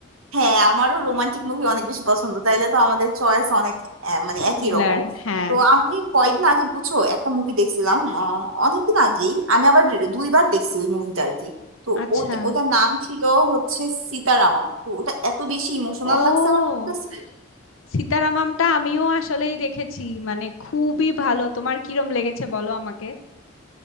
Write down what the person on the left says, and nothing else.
সিমিলার
হ্যাঁ
আচ্ছা
ও
সীতারামামটা আমিও আসলেই দেখেছি মানে খুবই ভালো তোমার কিরম লেগেছে বলো আমাকে